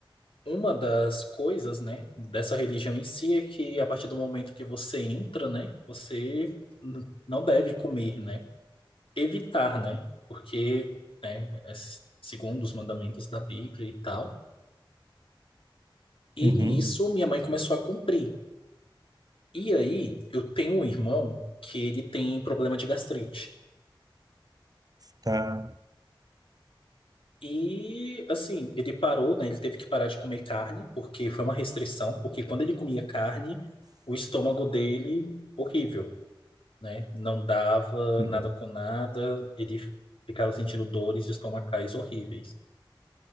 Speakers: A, on the left (about 80°); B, on the right (about 45°).
A: uma das coisas, né, dessa religião em si é que a partir do momento que você entra, né, você n- não deve comer, né? evitar, né? Porque, né, é segundo os mandamentos da Bíblia e tal. E
B: Uhum.
A: nisso minha mãe começou a cumprir. E aí eu tenho um irmão que ele tem problema de gastrite.
B: Tá.
A: E assim, ele parou, né? Ele teve que parar de comer carne, porque foi uma restrição, porque quando ele comia carne, o estômago dele, horrível, né? Não dava
B: Uhum.
A: nada com nada, ele ficava sentindo dores estomacais horríveis.